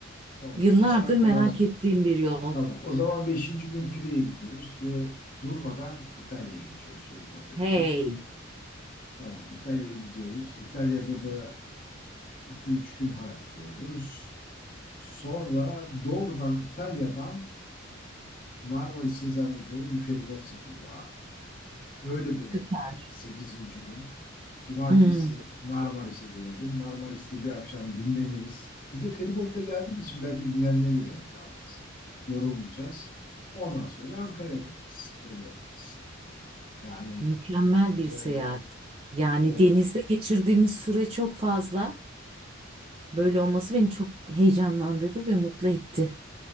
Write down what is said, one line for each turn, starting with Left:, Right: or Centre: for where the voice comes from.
Left: tamam
Right: Yıllardır
Left: iki saat
Right: merak
Left: falan sonra.
Right: ettiğim bir yol.
Left: Tamam o zaman beşinci gün Pire'ye gidiyoruz ve durmadan İtalya'ya geçiyoruz feribota
Right: Hey.
Left: binip. Tamam İtalya'ya gidiyoruz. İtalya'da da iki üç gün harcıyoruz. Sonra doğrudan İtalya'dan Marmaris'e zannediyorum bir feribot seferi var. Öyle dönelim
Right: Süper.
Left: bence. Sekizinci gün. Cumartesi
Right: Hmm.
Left: Marmaris'e dönelim. Marmaris'te bir akşam dinleniriz. Bir de feribotla geldiğimiz için belki dinlenmeye de gerek kalmaz. Yorulmayacağız. Ondan sonra da Ankara'ya döneriz. Öyle yaparız. Yani
Right: Mükemmel bir
Left: böyle
Right: seyahat. Yani
Left: olur.
Right: denizde geçirdiğimiz süre çok fazla. Böyle olması beni çok heyecanlandırdı ve mutlu etti.